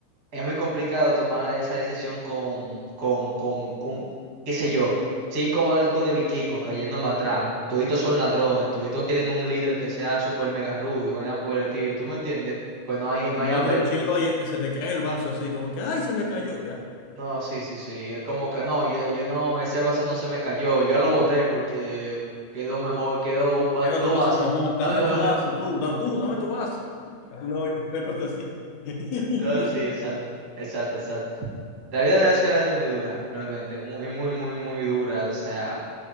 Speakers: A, on the right; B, on the left.
A: es muy complicado tomar esa decisión con, con, con un, qué sé yo, cinco barcos de vikingos cayéndome atrás, toditos son ladrones, toditos quieren un líder que sea super mega rudo y vaina por el estilo, ¿tú me entiendes? Pues no hay, no
B: Muestra
A: hay, apel-
B: un ching, oye, se te cae el vaso así, como que, ay, se me cayó, ya.
A: No, sí, sí, sí. Es como que no, yo, yo no, ese vaso no se me cayó. Yo lo boté porque quedó mejor, quedó un va-
B: Quiero
A: dos
B: otro vaso
A: vasos.
B: mejor,
A: <laughs>
B: dame
A: Ah,
B: tu vaso,
A: no,
B: tú, da- tú, dame tu vaso. <laughs> Era Una vaina- una cosa así. <laughs>
A: no, no, sí, exacto, exacto, exacto. La vida de Ascar es muy dura, realmente. Es muy, muy, muy, muy dura. O sea,